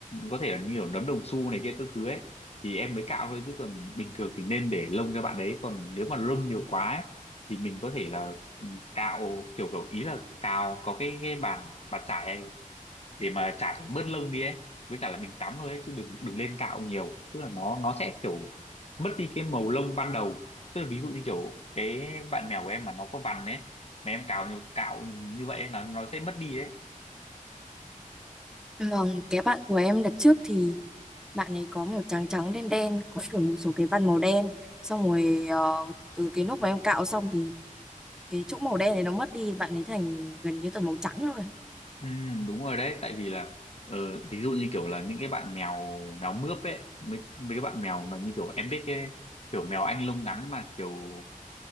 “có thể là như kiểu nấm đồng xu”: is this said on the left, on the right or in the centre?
Left